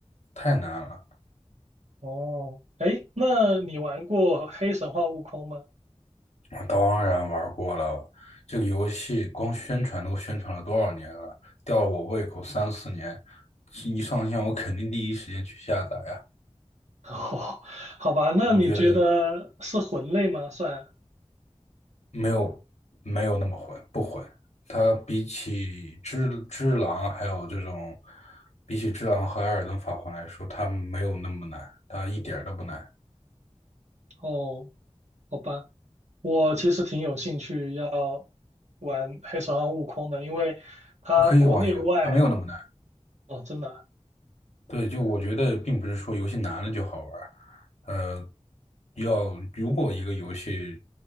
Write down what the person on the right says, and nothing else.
哦，哎，那你玩过《黑神话：悟空》吗？
<laughs> 哦，好吧，那你觉得是魂类吗？
算
哦，好吧。我其实挺有兴趣要玩黑神话：悟空的，因为它国内外
哦，真的啊